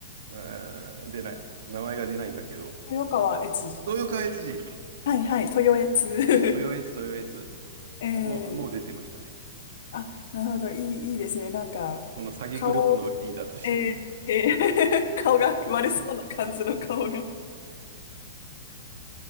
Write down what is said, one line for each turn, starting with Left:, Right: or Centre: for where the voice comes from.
Right: あー、出ない。名前が出ないんだけど、
Left: 豊川悦司。
Right: 豊川悦司、
Left: はいはい、豊悦。
Right: 豊悦、
Left: <laughs>
Right: 豊悦、
Left: ええ
Right: もう、もう出てましたね。
Left: あ、なるほど。いい、いいですね。なんか、
Right: その詐欺グループのリーダーとして
Left: 顔、えーえー <laughs> 顔が悪そうな感じの顔が <laughs>